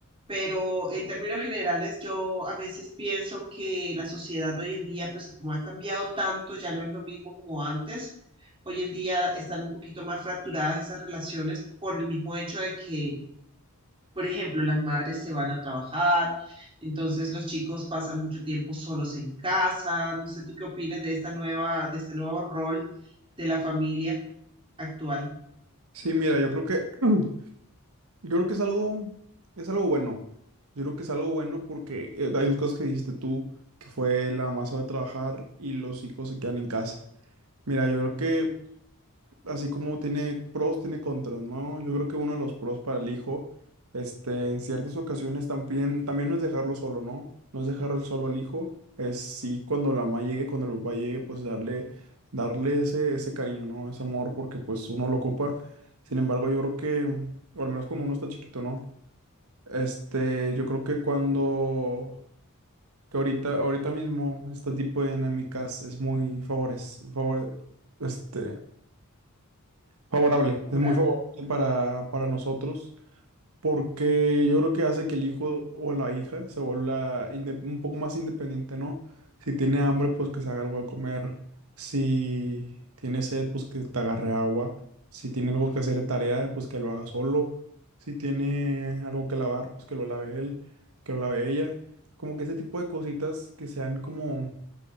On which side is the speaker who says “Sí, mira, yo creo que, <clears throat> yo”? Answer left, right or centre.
Right